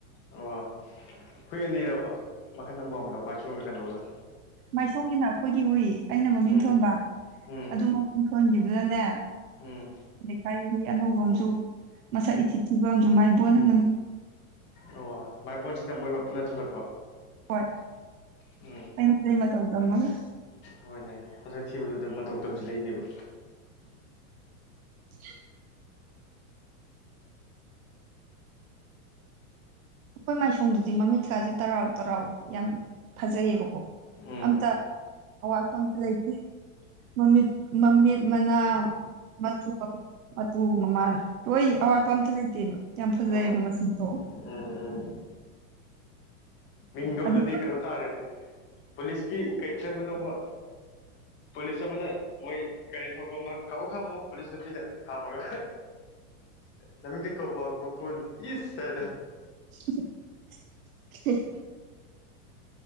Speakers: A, on the left; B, on the right.
A: ꯑꯣ ꯍꯨꯏ ꯑꯅꯤꯔꯕ ꯃꯈꯟ ꯑꯃ ꯑꯣꯏꯝꯂꯕ ꯃꯥꯏ ꯆꯣꯡꯝꯒ ꯀꯩꯅꯣꯒꯗꯣ
B: ꯃꯥꯏꯁꯣꯝꯒꯤꯅ ꯑꯩꯈꯣꯏꯒꯤ ꯍꯨꯏ ꯑꯩꯅ ꯃꯃꯤꯡ
A: ꯎꯝ
B: ꯊꯣꯟꯕ
A: ꯎꯝ
B: ꯑꯗꯨ ꯃꯃꯤꯡ ꯊꯣꯟꯈꯤꯕꯗꯨꯗꯅꯦ
A: ꯎꯝ
B: ꯂꯩꯀꯥꯏ ꯍꯨꯏ ꯑꯅꯧꯕ ꯑꯃꯁꯝꯨ ꯃꯁꯛ ꯏꯊꯤꯛ ꯊꯤꯕ ꯑꯃꯁꯝꯨ ꯃꯥꯏ ꯕꯣꯟꯅ
A: ꯑꯣ ꯃꯥꯏꯕꯣꯟꯁꯤꯅ ꯃꯣꯏ ꯃꯄꯨꯅ ꯊꯣꯛꯂꯛꯄ
B: ꯍꯣꯏ
A: ꯎꯝ
B: ꯑꯩꯉꯣꯟꯗ ꯃꯇꯧ ꯇꯝꯃꯒ
A: ꯍꯣꯏꯅꯦ ꯃꯁꯛ ꯊꯤꯕꯗꯨꯗ ꯃꯇꯧ ꯇꯝꯁꯤ ꯂꯩꯅꯦꯕ
B: ꯎꯝ ꯑꯩꯈꯣꯏ ꯃꯥꯏꯁꯨꯡꯗꯨꯗꯤ ꯃꯃꯤꯠ ꯀꯥꯁꯦ ꯇꯔꯥꯎ ꯇꯔꯥꯎ ꯌꯥꯝ ꯐꯖꯩꯌꯦꯕꯀꯣ
A: ꯎꯝ
B: ꯑꯝꯇ ꯑꯋꯥꯠꯄ ꯑꯃꯇ ꯂꯩꯥꯇꯦ ꯃꯃꯤꯠ ꯃꯃꯤꯠ ꯃꯅꯥ ꯃꯆꯨ ꯃꯇꯨ ꯃꯃꯥꯟ ꯂꯣꯏ ꯑꯋꯥꯠꯄ
A: ꯎꯝ
B: ꯑꯝꯇ ꯂꯩꯇꯦꯕ ꯌꯥꯝ ꯐꯖꯩꯕ
A: ꯎꯝ
B: ꯃꯆꯨꯗꯣ
A: ꯎꯝ ꯎꯝ ꯍꯌꯦꯡꯗꯣ
B: ꯑꯗꯨ
A: ꯑꯗꯨꯗꯤ ꯀꯩꯅꯣ ꯇꯥꯔꯦꯅꯦ ꯄꯨꯂꯤꯁꯀꯤ ꯀꯩ ꯐ꯭ꯤꯂꯝꯗꯅꯣ ꯑꯃ ꯄꯨꯂꯤꯁ ꯑꯃꯅ ꯃꯣꯏ ꯒꯥꯔꯤ ꯊꯧꯔꯛꯄ ꯑꯃ ꯈꯥꯝꯃꯣ ꯈꯥꯝꯃꯣ ꯄꯨꯂꯤꯁ ꯅꯨꯄꯤꯅ ꯈꯥꯝꯃꯒ ꯅꯝꯃꯤꯡ ꯀꯩ ꯀꯧꯕꯥ ꯒꯣꯀꯨꯟ ꯏꯁ
B: ꯏꯁ